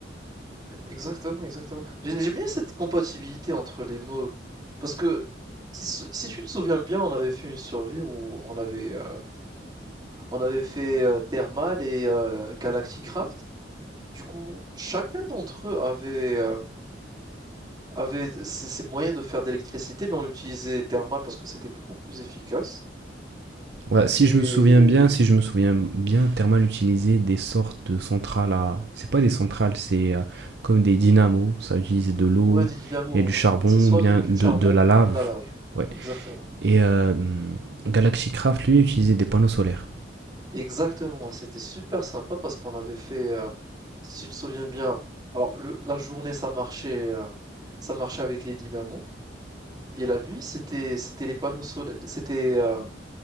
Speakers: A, on the right; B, on the right.
A: Exactement, exactement. J'ai- J'aime bien cette compatibilité entre les modes. Parce que, si, si tu te souviens bien, on avait fait une survie où on avait, euh, on avait fait euh, Thermal et euh, Galacticraft. Du coup, chacun d'entre eux avait, euh, avait ces ces moyens de faire de l'électricité, mais on l'utilisait thermal parce que c'était beaucoup plus efficace.
B: Ouais, si
A: Et
B: je me souviens bien, si je me souviens bien, Thermal utilisait des sortes de centrales à... C'est pas des centrales, c'est euh, comme des dynamos. Ça utilisait de l'eau
A: ouais, dit Dynamo,
B: et du charbon,
A: c'est soit
B: bien
A: avec du
B: de,
A: charbon
B: de la
A: ou
B: lave.
A: de la lave.
B: Ouais.
A: Exactement.
B: Et euh, Galaxy Craft, lui, utilisait des panneaux solaires.
A: Exactement. C'était super sympa parce qu'on avait fait, euh, si tu te souviens bien, alors le- la journée ça marchait, euh, ça marchait avec les dynamos. Et la nuit, c'était c'était les panneaux solaires, c'était euh,